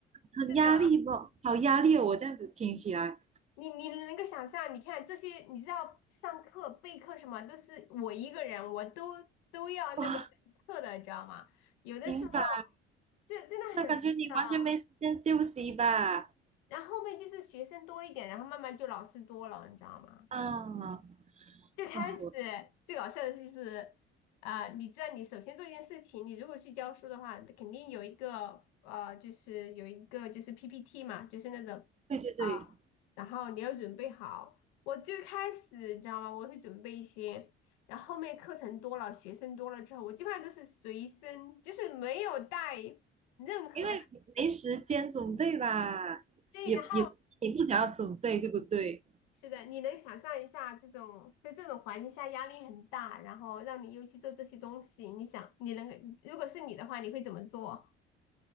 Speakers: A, on the right; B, on the left.
A: 很压力不？
B: 是的，
A: 好压力哦，我这样子听起来，
B: 你你能够想象，你看这些，你知道上课备课什么都是我一个人，我都都要那个备课的，
A: 哇，
B: 你知道吗？有的时候
A: 明白。
B: 就真的很累的，
A: 那感觉你完全没时间休息吧？
B: 然后后面就是学生多一点，然后慢慢就老师多了，你知道吗？
A: 啊，
B: 最开始
A: 哇，我
B: 最搞笑的就是啊、你知道，你首先做一件事情，你如果去教书的话，肯定有一个呃，就是有一个就是 PPT 嘛，就是那种啊，
A: 对对对，
B: 然后你要准备好。我最开始你知道吗？我会准备一些，然后后面课程多了，学生多了之后，我基本上都是随身，就是没有带任何
A: 因为没时间准备吧，
B: 对，
A: 也也不是你不想要准备，
B: 然后
A: 对不对？
B: 是的，你能想象一下这种在这种环境下压力很大，然后让你又去做这些东西，你想你能如果是你的话，你会怎么做？